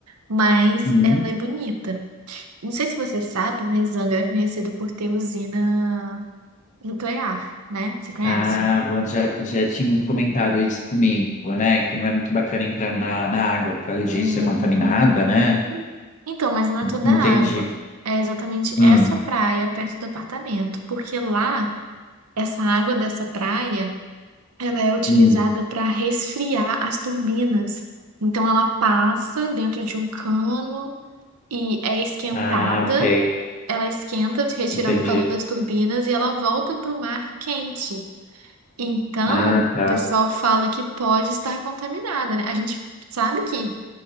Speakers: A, on the right; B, on the left.
A: Mas
B: Uhum.
A: ela é bonita. Não sei se você sabe, mas Angra é conhecido por ter usina nuclear, né? Você conhece?
B: Ah, bom, já, já tinha comentado isso comigo, né? Que não é muito bacana entrar na, na água por causa disso,
A: Uhum.
B: é contaminada, né?
A: Então, mas não é toda
B: Entendi.
A: a água. É exatamente
B: Hum,
A: essa praia perto do apartamento. Porque lá, essa água dessa praia. Ela é utilizada
B: hum.
A: para resfriar as turbinas. Então, ela passa dentro de um cano e é esquentada.
B: Ah, ok.
A: Ela esquenta, retirando
B: Entendi.
A: o calor das turbinas, e ela volta para o mar quente. Então,
B: Ah,
A: o
B: tá.
A: pessoal fala que pode estar contaminada, né? A gente sabe que